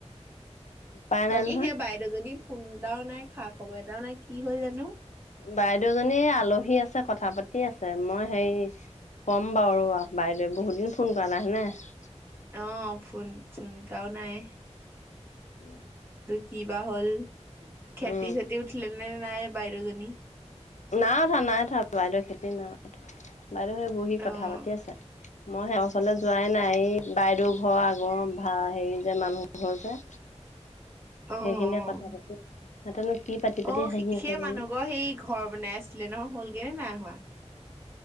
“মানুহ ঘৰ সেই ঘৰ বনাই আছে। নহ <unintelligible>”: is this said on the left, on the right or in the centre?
Right